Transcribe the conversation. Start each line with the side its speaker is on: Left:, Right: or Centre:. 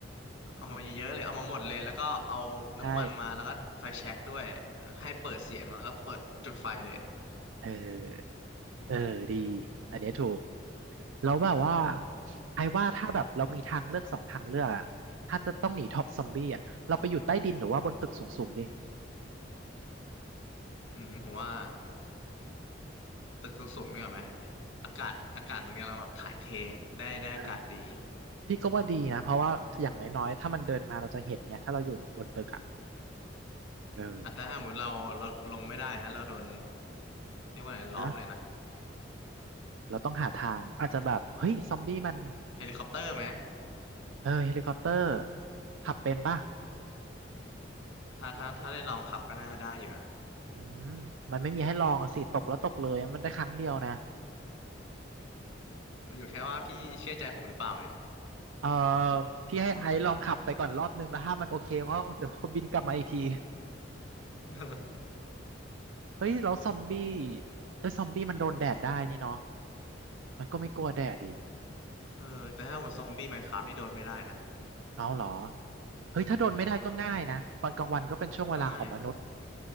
Left: เอามาเยอะๆเลยเอามาหมดเลยแล้วก็เอาน้ำมันมาแล้วก็ไฟแช็กด้วย
Right: ใช่
Left: ให้เปิดเสียงแล้วก็เปิดจุดไฟเลย
Right: เออเออดีอันเนี้ยถูก แล้วแบบว่าไอ้ว่าถ้าแบบเรามีทางเลือกสองทางเลือกอะถ้าจะต้องหนีท็อปซอมบี้อะเราไปอยู่ใต้ดินหรือว่าบนตึกสูงๆดิ
Left: อืมผมว่าตึกสูงๆเนี่ยไหมอากาศอากาศมันกำลังแบบถ่ายเทได้ได้อากาศดี
Right: เออพี่ก็ว่าดีนะเพราะว่าอย่างน้อยๆถ้ามันเดินมาเราจะเห็นไงถ้าเราอยู่บนตึกอะเออ
Left: อ่ะแต่ถ้าสมมติเราเราลงไม่ได้นะเราโดนเรียกว่าอะไรล้อมเลยนะ
Right: นะเราต้องหาทางอาจจะแบบเฮ้ยซอมบี้มัน
Left: เฮลิคอปเตอร์ไหม
Right: เออเฮลิคอปเตอร์ขับเป็นป่ะ
Left: ถ้าถ้าถ้าได้ลองขับก็น่าได้อยู่นะ
Right: อืมมันไม่มีให้ลองอะสิตกแล้วตกเลยมันได้ครั้งเดียวนะ
Left: <laughs> อยู่แค่ว่าพี่เชื่อใจผมหรือเปล่าไง
Right: เออพี่ให้ไอซ์ลองขับไปก่อนรอบนึงแล้วถ้ามันโอเคก็เดี๋ยวเขาบินกลับมาอีกที
Left: <laughs>
Right: เฮ้ยแล้วซอมบี้เอ้ยซอมบี้มันโดนแดดได้นี่เนาะมันก็ไม่กลัวแดดอีก
Left: เออแต่ถ้าหมดซอมบี้ไมน์คราฟนี่โดนไม่ได้นะ
Right: เอาเหรอเฮ้ยถ้าโดนไม่ได้ก็ง่ายนะตอนกลางวันก็เป็นช่วงเวลาของมนุษย์
Left: ใช่มันก็ง่ายนี่